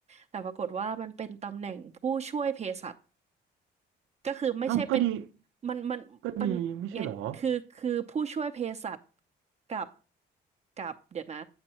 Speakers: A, on the right; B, on the right.
A: แต่ปรากฏว่ามันเป็นตำแหน่งผู้ช่วยเภสัช ก็คือไม่ใช่เป็น
B: เอ้าก็ดี
A: มันมันมันไงคือคือผู้ช่วยเภสัช
B: ก็ดีไม่ใช่เหรอ
A: กับกับเดี๋ยวนะ